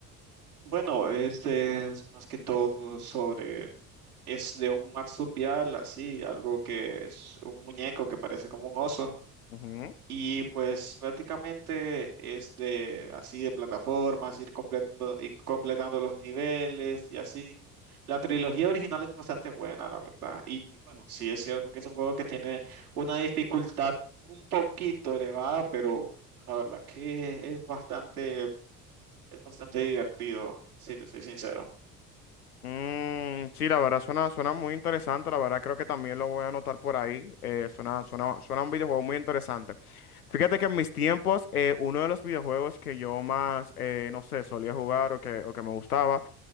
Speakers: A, on the right; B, on the left.
A: Bueno, este es más que todo sobre, es de un marsupial, así, algo que es un muñeco que parece como un oso
B: Ujú.
A: Y pues prácticamente es de así de plataformas, ir completando, ir completando los niveles y así. La trilogía original es bastante buena, la verdad. Y bueno, sí es cierto que es un juego que tiene una dificultad un poquito elevada, pero la verdad que es bastante, es bastante divertido, si te soy sincero.
B: Mm, sí, la verdad suena, suena muy interesante, la verdad creo que también lo voy a anotar por ahí, eh, suena, suena, suena un videojuego muy interesante. Fíjate que en mis tiempos, eh, uno de los videojuegos que yo más, eh, no sé, solía jugar o que, o que me gustaba